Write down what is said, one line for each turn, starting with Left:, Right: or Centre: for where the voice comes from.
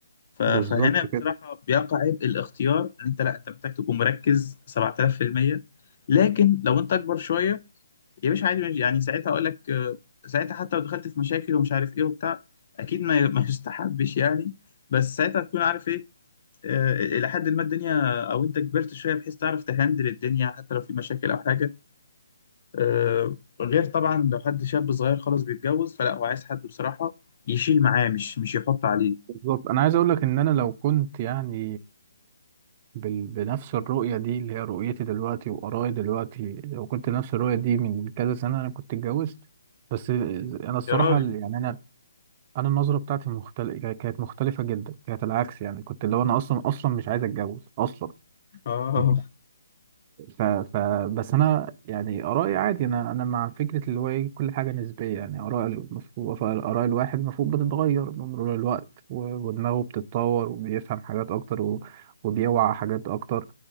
Left: ف... فهنا
Right: بالظبط كده
Left: بصراحة بيقع عبء الاختيار ان انت لا انت محتاج تكون مركز 7000% لكن لو انت اكبر شوية يا باشا عادي يعني ساعتها اقول لك آه، ساعتها حتى لو دخلت في مشاكل ومش عارف ايه وبتاع اكيد ما ما يستحبش يعني بس ساعتها تكون عارف إيه، آه، الى حد ما الدنيا او انت كبرت شويه بحيث تعرف تهندل الدنيا حتى لو في مشاكل او حاجه آه، غير طبعا لو حد شاب صغير خالص بيتجوز فلا هو عايز حد بصراحه يشيل معاه مش مش يحط عليه
Right: بالظبط انا عايز اقول لك ان انا لو كنت يعني بال... بنفس الرؤيه دي اللي هي رؤيتي دلوقتي وارائي دلوقتي لو كنت نفس الرؤيه دي من كذا سنه انا كنت اتجوزت بس انا الصراحه
Left: يا راجل
Right: يعني انا انا النظره بتاعتي مختلفه كانت مختلفه جدا كانت العكس يعني كنت اللي هو انا اصلا اصلا مش عايز اتجوز اصلا
Left: اه
Right: <laughs> ف... ف... بس انا يعني ارائي عادي انا انا مع فكره اللي هو ايه كل حاجه نسبيه يعني اراء المفروض اراء الواحد المفروض بتتغير بمرور الوقت و... ودماغه بتتطور وبيفهم حاجات اكتر و... وبيوعى حاجات اكتر